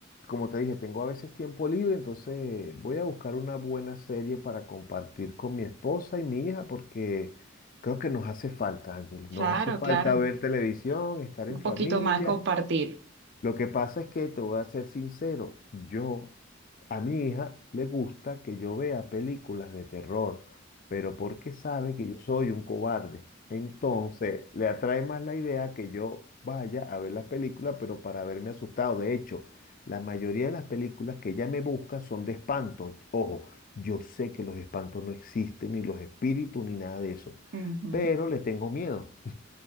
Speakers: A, on the left; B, on the right.
A: como te dije, tengo a veces tiempo libre, entonces voy a buscar una buena serie para compartir con mi esposa y mi hija porque... Creo que nos hace falta, Ángeles,
B: claro,
A: nos hace falta
B: claro.
A: ver televisión, estar en
B: Un
A: familia,
B: poquito más compartir.
A: lo que pasa es que te voy a ser sincero, yo a mi hija le gusta que yo vea películas de terror, pero porque sabe que yo soy un cobarde. Entonces, le atrae más la idea que yo vaya a ver la película, pero para verme asustado. De hecho, la mayoría de las películas que ella me busca son de espanto. Ojo, yo sé que los espantos no existen, ni los espíritus, ni nada de eso,
B: Ujú.
A: pero le tengo miedo.